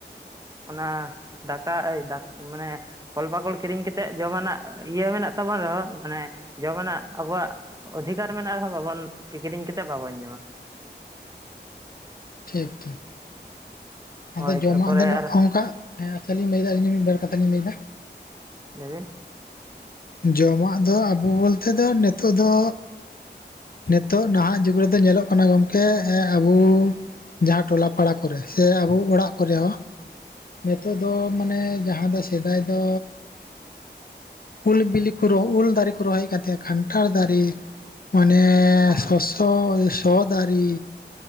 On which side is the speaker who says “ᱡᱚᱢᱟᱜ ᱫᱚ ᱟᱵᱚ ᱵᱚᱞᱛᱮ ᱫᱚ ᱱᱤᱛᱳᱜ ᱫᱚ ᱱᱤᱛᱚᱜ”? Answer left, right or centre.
Left